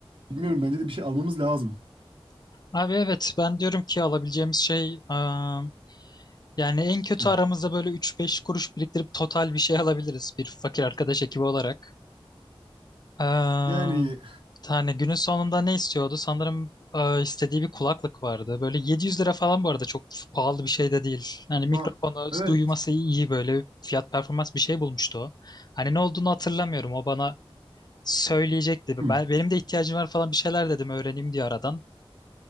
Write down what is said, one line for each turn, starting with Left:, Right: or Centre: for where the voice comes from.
Right: bilmiyorum bence de bir şey almamız lazım.
Left: Abi evet ben diyorum ki alabileceğimiz şey ıı, Yani en kötü
Right: Hı.
Left: aramızda böyle 3-5 kuruş biriktirip total bir şey alabiliriz bir fakir arkadaş ekibi olarak. Ee,
Right: Yani
Left: hani günün sonunda ne istiyordu? Sanırım e, istediği bir kulaklık vardı. Böyle 700 lira falan bu arada çok pahalı bir şey de değil. Hani mikrofonu
Right: ma evet.
Left: duyması iyi böyle fiyat performans bir şey bulmuştu o. Hani ne olduğunu hatırlamıyorum. O bana söyleyecekti.
Right: Hı.
Left: Ben, benim de ihtiyacım var falan bir şeyler dedim öğreneyim diye aradan.